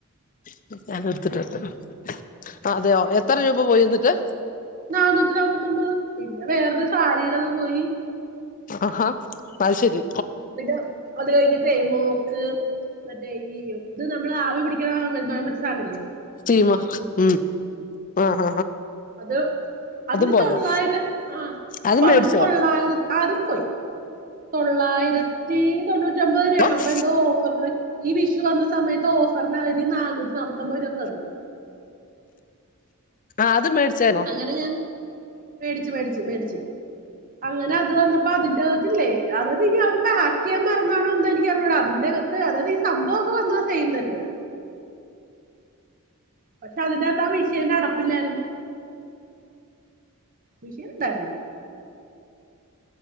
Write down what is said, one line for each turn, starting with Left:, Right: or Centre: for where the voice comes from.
Left: <unintelligible> അതെയോ എത്ര രൂപ പോയി എന്നിട്ട്?
Right: നാന്നൂറ്റി നാപ്പത്തൊമ്പത്. പിന്നെ വേറൊരു സാരിയുടെതും പോയി.
Left: അഹാ അതു ശരി.
Right: പിന്നെ അത് കഴിഞ്ഞ് <unintelligible> മോക്ക് മറ്റേ ഈ ഇത് നമ്മള് ആവി പിടിക്ക്ണ <unintelligible> സാനല്ലേ
Left: സ്റ്റീമ ഉം ആഹാ
Right: അത് അതിന്
Left: പോയോ
Right: തൊള്ളായിരം ആഹ്,
Left: അത്
Right: പഅതിന്
Left: മേടിച്ചോ
Right: തൊള്ളായിരം അതും പോയി. തൊള്ളായിരത്തീ തൊണ്ണൂറ്റമ്പത് രൂപേണ്.
Left: ആഹ്
Right: അപ്പൊ എന്തോ ഓഫർല് ഈ വിഷു വന്ന സമയത്തോഫർനവര് നാനൂറ്റി നാപ്പത്തൊമ്പത് രൂപക്ക് തന്ന്.
Left: ആഹ് അത് മേടിച്ചേന്നൊ?
Right: അങ്ങനെ ഞാൻ മേടിച്ച് മേടിച്ച് മേടിച്ച്. അങ്ങനെ അത് വന്നപ്പോ അതിന്റകത്തില്ലേ, അതത് ഇനി അവര് പാക്കെയ്യാൻ മറന്നാണോ എന്തോ എനിക്കറി ഞ്ഞൂടാ അതിന്റകത്ത് അതതീ സംഭവൊക്കെ വന്നത് സെയിം തന്നെയാ. ബട്ടതിന്റകത്താ മിഷീന്റെ അടപ്പില്ലായിര്ന്ന്. മിഷീന്ണ്ടായിര്ന്ന്.